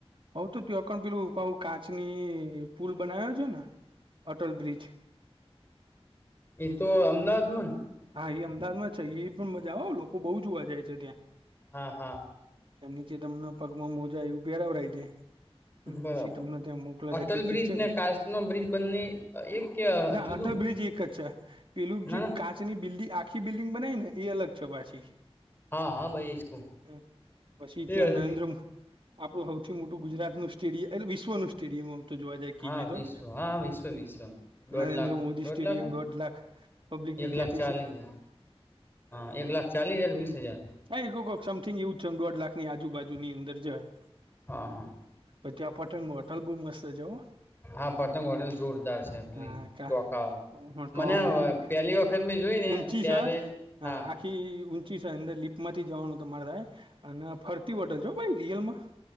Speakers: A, on the right; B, on the left.
A: હઉ તો કેવુ અ કણ પેલું કાચની પુલ બનાયો છે ને, અટલ બ્રિજ
B: એ તો અમદાવાદ માં ને?
A: હા એ અમદાવાદમાં છે. એ પણ મજા આવે હોં. લોકો બહુ જોવા જાય છે ત્યાં.
B: હા, હા.
A: ત્યાં નીચે તમને પગમાં મોજા એવું પેરાવડાઈ દે.
B: બરાબર
A: પછી તમને ત્યાં મોકલે
B: અટલ
A: છે ટિકિટ
B: બ્રિજ
A: છે
B: ને
A: કે?
B: કાચ નો બ્રિજ બંને એક કે
A: ના
B: જુદું
A: અટલ બ્રિજ એક જ છે. પેલું
B: ના
A: જે
B: ના
A: કાચ ની બિલ્ડી આખી બિલ્ડિંગ બનાઈને, એ અલગ છે પાછી.
B: હા હા ભાઈ એજ કવ
A: અં, પછી ત્યાં
B: એ અલગ
A: નરેન્દ્ર મો આપણું હૌથી મોટું ગુજરાતનું સ્ટેડિય, એટલે વિશ્વનું સ્ટેડિયમ અમ. તો જોવા જાય કઈએ
B: હા વિશ્વ
A: તો.
B: હા વિશ્વ વિશ્વ દોઢ
A: નરેન્દ્ર
B: લાખ
A: મોદી
B: દોઢ
A: સ્ટેડિયમ
B: લાખ હે
A: દોઢ લાખ પબ્લિકની
B: ને એક
A: કેપ
B: લાખ ચાલીસ હજાર. હા, એક લાખ ચાલીસ હજાર, વીસ હજાર?
A: હા, એ કોક સમથિંગ એવું જ છે. દોઢ લાખની આજુબાજુની અંદર જવાય.
B: હા હા.
A: પછ ત્યાં પટંગ હોટલ બહુ મસ્ત છે હો!
B: હા, પતંગ હોટેલ જોરદાર છે એમ. પેલી
A: હા
B: ટોકા.
A: હા તો
B: મને
A: આમ
B: અ
A: બિલ
B: પેલી વખત ની જોઈ ને
A: ઊંચી
B: ત્યારે
A: છે
B: જ હા
A: આખી ઊંચી છે અંદર લીપમાંથી જવાનું તમારે થાય, અને ફરતી હોટલ છે હો ભાઈ રિયલ માં.